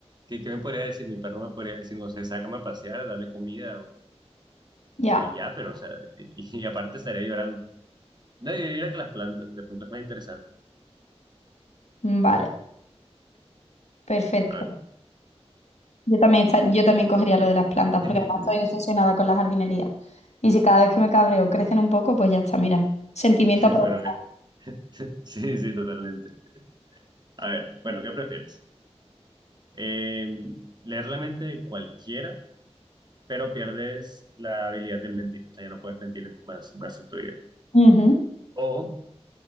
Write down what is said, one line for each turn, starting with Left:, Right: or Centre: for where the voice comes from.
Right: que, ¿qué me podría decir? Mi perro me podría decir, no sé, sácame a pasear, dame comida o-
Left: Ya,
Right: y ya, pero, o sea, y, y aparte estaría llorando. No, y mira que las plantas, de pronto es más interesante.
Left: vale, perfecto.
Right: A ver.
Left: Yo también, esta- yo también cogería lo de las plantas,
Right: <laughs>
Left: porque además estoy obsesionada con la jardinería. Y si cada vez que me cabreo crecen un poco, pues ya está, mira. Sentimiento aprovechado.
Right: Bueno, mira. Sí, sí, totalmente. A ver, bueno, ¿qué prefieres? Eh, ¿leer la mente de cualquiera? pero pierdes la habilidad de mentir. O sea, ya no puedes mentir más, más en tu vida.
Left: Ujú.
Right: O